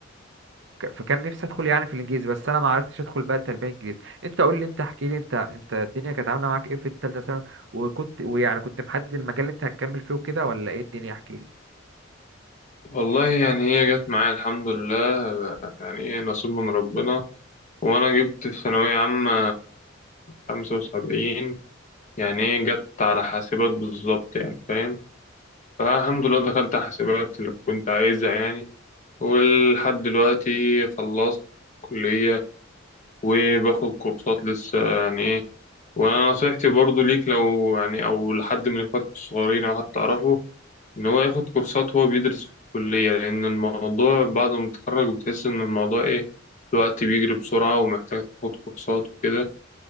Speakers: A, on the right (about 65°); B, on the left (about 40°).
A: ك- فكان نفسي ادخل يعني في الانجليزي بس انا ما عرفتش ادخل بقى التربيه الانجليزي انت قول لي انت احكي لي انت انت الدنيا كانت عامله معاك ايه في الثالثه ثانوي وكنت ويعني كنت محدد المجال اللي انت هتكمل فيه وكده ولا ايه الدنيا احكي لي
B: والله يعني هي جت معايا الحمد لله يعني إيه نصيب من ربنا وأنا جبت في ثانوية عامة خمسة وسبعين يعني إيه جت على حاسبات بالظبط يعني فاهم فالحمد لله دخلت حاسبات اللي كنت عايزها يعني ولحد دلوقتي خلصت كلية وباخد كورسات لسه يعني إيه وأنا نصيحتي برضو ليك لو يعني أو لحد من إخواتك الصغيرين أو حد تعرفه إن هو ياخد كورسات وهو بيدرس في الكلية لأن الموضوع بعد ما تتخرج بتحس إن الموضوع إيه الوقت بيجري بسرعة ومحتاج تاخد كورسات وكده